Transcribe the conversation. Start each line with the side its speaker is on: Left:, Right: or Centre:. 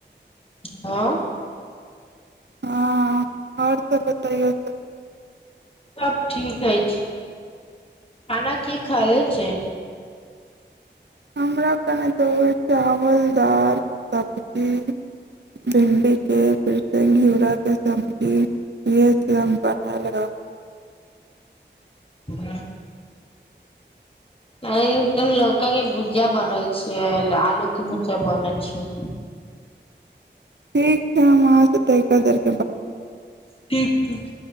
Left: हँ
Right: ह आओर त बतईयौ
Left: सभ ठीक अछि खाना की खायै छै
Right: हमरा कने तऽ ओए चावल दाल सब्जी भिंडी के गीरा के सब्जी इह फ हम बढ़ल रहब
Left: हँ अए एकदम लौका के भुजिया बनल छैआलू की भुजा बनल छै
Right: ठीक छै हम आहाँ से तैका दर
Left: ठीक ठीक